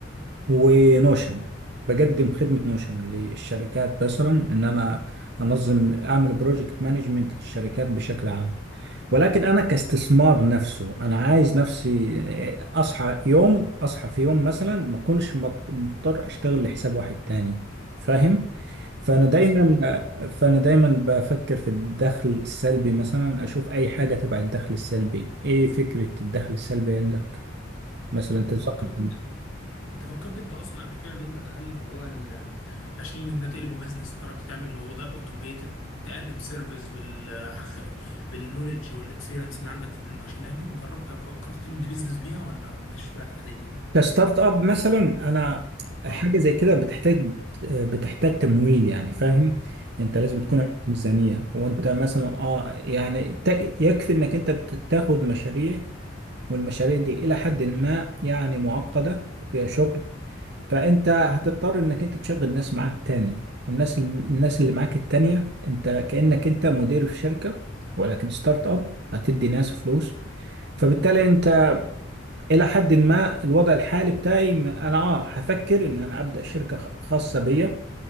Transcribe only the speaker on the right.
ونوشن بقدم خدمة نوشن للشركات مثلا ان انا انظم اعمل بروجكت مانجمنت للشركات بشكل عام ولكن انا كاستثمار نفسه انا عايز نفسي اصحى يوم اصحى في يوم مثلا ما اكونش مط- مضطر اشتغل لحساب واحد تاني فاهم فانا دايما
فانا دايما بفكر في الدخل السلبي مثلا اشوف اي حاجه تبع الدخل السلبي ايه فكره الدخل السلبي عندك مثلا
تنصحني
كستارت اب مثلا انا حاجه
زي كده بتحتاج بتحتاج تمويل يعني فاهم انت لازم تكون
عندك ميزانيه وانت مثلا اه يعني تا- يكفي انك انت ت- تاخد مشاريع والمشاريع دي الى حد ما يعني معقده وفيها شغل فانت هتضطر انك انت تشغل ناس معاك تاني والناس الناس اللي معاك التانيه انت كانك انت مدير في شركه ولكن ستارت اب هتدي ناس فلوس فبالتالي انت الى حد ما الوضع الحالي بتاعي ما- انا اه هفكر ان انا ابدا شركه خ- خاصه بيا